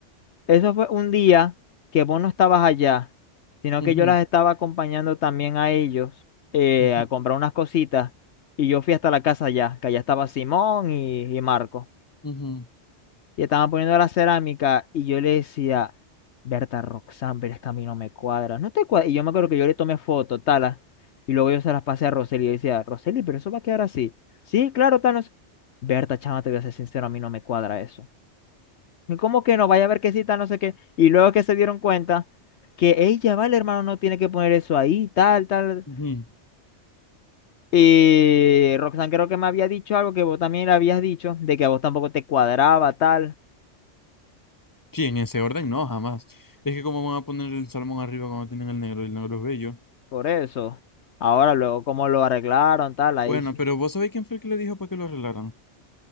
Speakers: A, on the left; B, on the left.
A: Eso fue un día que vos no estabas allá, sino
B: Ujú,
A: que yo las estaba acompañando también a ellos eh,
B: ujú,
A: a comprar unas cositas. Y yo fui hasta la casa allá, que allá estaba Simón y, y Marco.
B: ujú,
A: Y estaban poniendo la cerámica y yo le decía, Berta Roxanne, pero es que a mí no me cuadra. No te cuadra. Y yo me acuerdo que yo le tomé foto, talas, y luego yo se las pasé a Roseli y yo decía, Roseli, pero eso va a quedar así. Sí, claro, tal, no Berta, chama, te voy a ser sincero, a mí no me cuadra eso. Y ¿Cómo que no? Vaya a ver que sí, tal, no sé qué. Y luego que se dieron cuenta que ella, vale, hermano, no tiene que poner eso ahí, tal, tal.
B: ujú.
A: Y Roxanne creo que me había dicho algo que vos también le habías dicho, de que a vos tampoco te cuadraba, tal.
B: Sí, en ese orden no, jamás. Es que cómo van a poner el salmón arriba cuando tienen el negro y el negro es bello.
A: Por eso. Ahora, luego, cómo lo arreglaron, tal, ahí
B: Bueno,
A: sí
B: pero vos sabéis quién fue el que le dijo para que lo arreglaran.